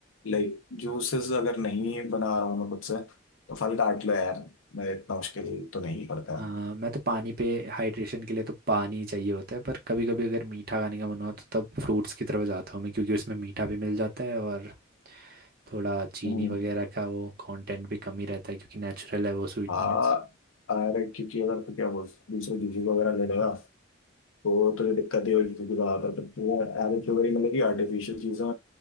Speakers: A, on the left; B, on the right.
A: लाइक जूसेस अगर नहीं बना रहा हूँ मैं खुद से तो फल काट लो यार मैं इतना मुश्किल तो नहीं करता
B: हाँ
A: हूँ
B: मैं तो पानी पे हाइड्रेशन के लिए तो पानी ही चाहिए होता है पर कभी कभी अगर मीठा खाने का मन हो तो तब फ्रूट्स की तरफ जाता हूँ मैं क्योंकि उसमें मीठा भी मिल जाता है और थोड़ा चीनी
A: हम्म,
B: वगैरह का वो कंटेंट भी कम ही रहता है क्योंकि नेचुरल है वो स्वीटनेस
A: हाँ अरे क्योंकि अगर तो क्या बोल दूसरे जूसेस वगैरह ले लेगा तो तो जो दिक्कत है वो रहा था तो पूरा एवरेज शुगर ही मतलब कि आर्टिफिशियल चीज़ें